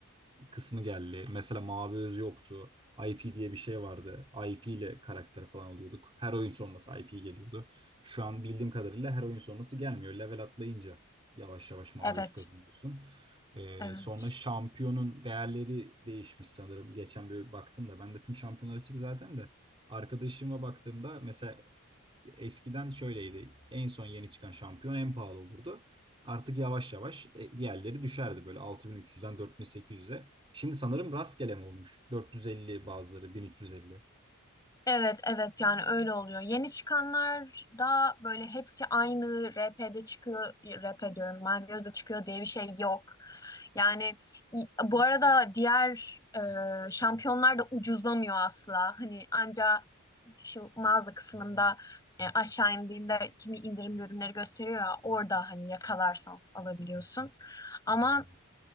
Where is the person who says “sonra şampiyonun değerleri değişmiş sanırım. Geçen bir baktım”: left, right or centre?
Right